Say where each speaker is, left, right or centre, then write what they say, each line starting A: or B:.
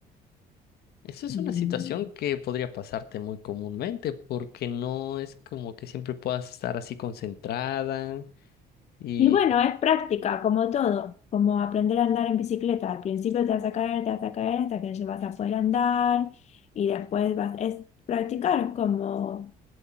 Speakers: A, on the left; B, on the left.
A: Eso es
B: Mm.
A: una situación que podría pasarte muy comúnmente porque no es como que siempre puedas estar así concentrada y
B: Y bueno, es práctica, como todo, como aprender a andar en bicicleta. Al principio te vas a caer, te vas a caer hasta que ya vas a poder andar y después vas, es practicar como...